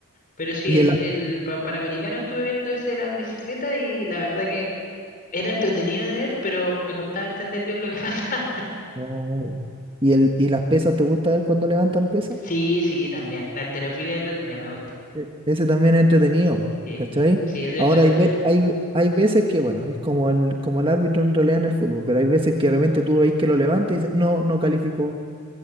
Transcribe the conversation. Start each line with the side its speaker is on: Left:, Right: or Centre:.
Left: Pero sí,
Right: Y
Left: el,
Right: el,
Left: el pa- Panamericano estuve viendo ese de las bicicletas y la verdad que era entretenido de ver, pero me costaba entender bien lo que <laughs> pasaba.
Right: Oh. y el, y las pesas, ¿te gusta ver cuando levantan pesas?
Left: Sí, sí, también. La halterofilia es entretenida, me gusta.
Right: Sí. Ese también es entretenido, po,
Left: Sí,
Right: ¿cachai?
Left: sí, es entretenida.
Right: Ahora hay, ve- hay, ve- hay veces que, bueno, es como el, como el árbitro en realidad en el fútbol, pero hay veces que de repente tú veis que lo levanta y dices, no, no calificó.